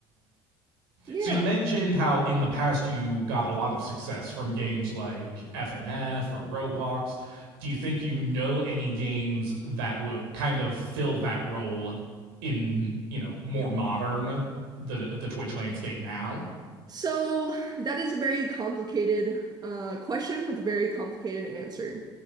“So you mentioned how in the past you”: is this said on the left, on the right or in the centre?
Right